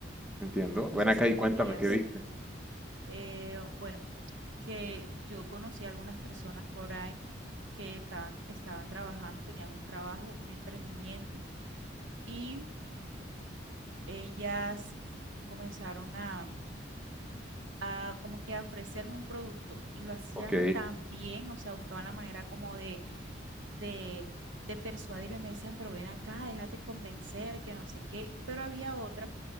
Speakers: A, in the centre; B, on the right.
A: Entiendo.
B: No
A: Ven
B: sé
A: acá
B: si sabías,
A: y cuéntame qué viste.
B: eh, bueno, que yo conocí a algunas personas por ahí que estaban, estaban trabajando, tenían un trabajo, un emprendimiento y ellas comenzaron a, a como que a ofrecerme un producto y lo hacían
A: Ok.
B: tan bien, o sea, buscaban la manera como de, de, de persuadirme, me decían, pero ven acá, déjate convencer, que no sé qué, pero había otra